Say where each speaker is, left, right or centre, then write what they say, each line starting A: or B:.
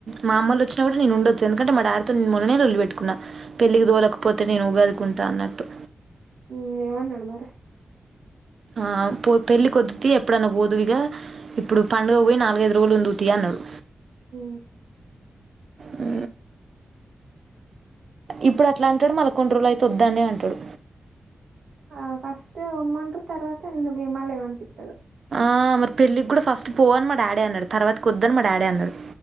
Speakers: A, on the right; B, on the right.
A: మా అమ్మల్లు వచ్చినా కూడా నేను ఉండొచ్చు ఎందుకంటే మా డాడితో నేను మొన్ననే లొల్లి పెట్టుకున్నా పెళ్లికి తోకపోతే నేను ఉగాదికున్ తానట్టు
B: ఉ ఏమన్నాడు మరి
A: ఆ పో పెళ్లి కొద్దు తి ఎప్పుడన్నా పోదువిగా ఇప్పుడు పండుగ పోయి నాలుగైదు రోజులు ఉందుతి అన్నాడు
B: ఉ
A: ఉ ఇప్పుడు అట్లాంటడు
B: అప్పుడు
A: మల్ల కొన్ని రోజులు అయితే చూద్దానే అంటాడు
B: ఆ ఫస్ట్ ఒమ్మంటరు తర్వాత ఇంగేమోలే పంపిత్తడు
A: ఆ మరి పెళ్ళికి కూడా ఫస్ట్ పోవని మా డాడీ అన్నాడు తర్వాత కొద్దని మా డాడీ అన్నాడు